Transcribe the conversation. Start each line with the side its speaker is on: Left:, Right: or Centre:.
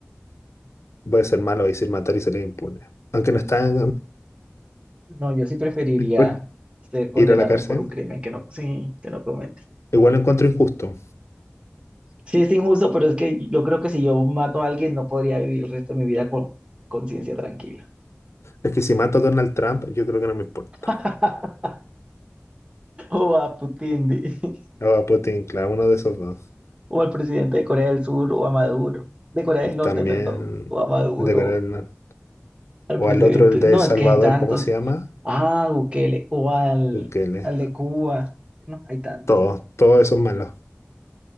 Left: voy a ser malo, voy a decir matar y salir impune. Aunque no está...
Right: No, yo sí preferiría
Left: <laughs>
Right: ser condenado
Left: ir a la cárcel.
Right: por un crimen que no, sí, que no comete.
Left: Igual lo encuentro injusto.
Right: Sí, es injusto, pero es que yo creo que si yo mato a alguien no podría vivir el resto de mi vida con conciencia tranquila.
Left: Es que si mato a Donald Trump, yo creo que no me importa.
Right: <laughs> O a Putin, di. <laughs>
Left: O a Putin, claro, uno de esos dos.
Right: o al presidente de Corea del Sur, o a Maduro, de Corea
Left: Es
Right: del Norte,
Left: también
Right: perdón, o a Maduro.
Left: el de Corea del Norte.
Right: al
Left: O
Right: presidente.
Left: al otro, el de
Right: No,
Left: El Salvador,
Right: es que hay tantos.
Left: ¿cómo se llama?
Right: Ah, Bukele, o al,
Left: Bukele.
Right: al de Cuba. No, hay tantos.
Left: Todos, todos esos malos.